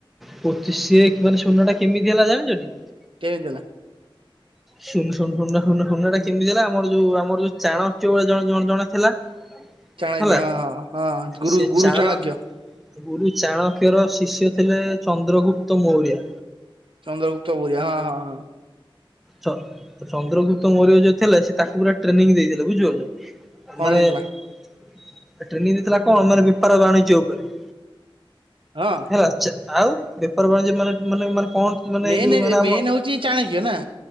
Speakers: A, in the centre; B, on the right.
A: ପୋତି ସେ ମାନେ ସୁନା ଟା କେମିତି ହେଲା ଜାଣିଚ ଟି?
B: କେନ୍ତି ଦେଲା?
A: ଶୁଣୁ ଶୁଣୁ ଶୁଣ ଶୁଣୁ ଶୁଣନ ଏଟା କେମିତି ହେଲା ଆମର ଯୋଉ ଆମର ଯୋଉ ଚାଣକ୍ୟ ଜଣ ଜଣ ଜଣେ ଥିଲା
B: ଚାଣକ୍ୟ
A: ହେଲା
B: ହଁ ହଁ ହଁ ଗୁରୁ
A: ସେ
B: ଗୁରୁ
A: ଚାଣ
B: ଚାଣକ୍ୟ।
A: ଗୁରୁ ଚାଣକ୍ୟର ଶିଷ୍ୟ ଥିଲେ ଚନ୍ଦ୍ରଗୁପ୍ତ ମୌର୍ୟା।
B: ଚନ୍ଦ୍ରଗୁପ୍ତ ବୋର୍ୟ ହଁ ହଁ ହଁ।
A: ଚ ଚନ୍ଦ୍ରଗୁପ୍ତ ମୌର୍ଯ୍ୟ ଯୋଉ ଥିଲେ ସେ ତାକୁ ପୁରା ଟ୍ରେନିଂ ଦେଇଥିଲେ। ବୁଝିପାରୁଚ?
B: କଣ
A: ମାନେ
B: ଦେଇଥିଲା
A: ଟ୍ରେନିଂ ଦେଇଥିଲା କଣ ମାନେ ବେପାର ଆଉ ବାଣିଜ୍ୟ ଉପରେ।
B: ହଁ।
A: ହେଲା ଚା ଆଉ ବେପାର ବାଣିଜ୍ୟ ମାନେ ମାନେ ମାନେ କଣ ମାନେ
B: ମେନ୍
A: ଏ ଯୋଉ ମାନେ ଆମ
B: ମେନ୍ ହଉଛି ଚାଣକ୍ୟ ନା?